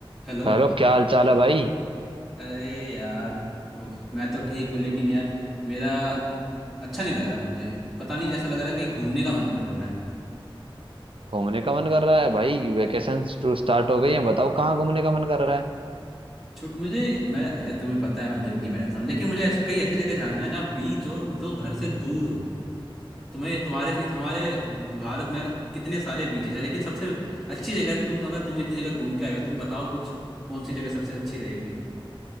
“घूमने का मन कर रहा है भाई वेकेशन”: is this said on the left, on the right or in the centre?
Right